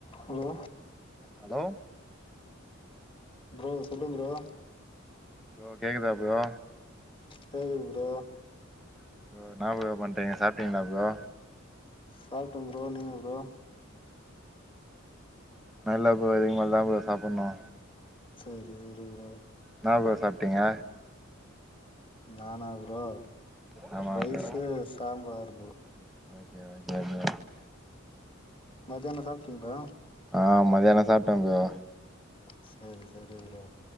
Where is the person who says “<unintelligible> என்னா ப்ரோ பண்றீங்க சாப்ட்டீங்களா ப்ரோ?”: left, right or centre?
Centre